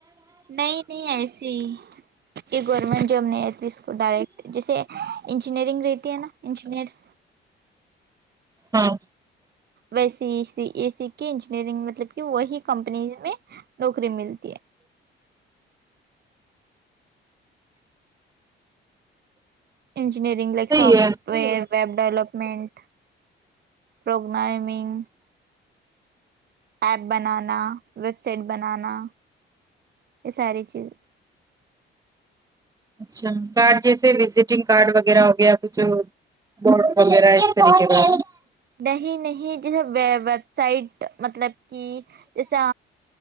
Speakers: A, on the right; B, on the right.
A: نہیں نہیں ایسے ہی یہ گورنمنٹ جاب نہیں رہتی اس کو ڈائریکٹ جیسے انجینئرنگ رہتی ہے نا انجینئرس
B: ہاں
A: ویسی ای سی اے سی کی انجینئرنگ مطلب کہ وہی کمپنیز میں نوکری ملتی ہے انجینئرنگ لائک
B: صحیح
A: ساف
B: ہے
A: نی ڈویلپمنٹ پروگرامنگ ایپ بنانا ویب سائٹ بنانا یہ ساری چیزیں
B: اچھا کارڈ جیسے وزیٹنگ کارڈ وغیرہ ہو گیا کچھ بوڈ وغیرہ سپنچ اور
A: نہیں نہیں جیسے ویب سائٹ مطلب کی جیسا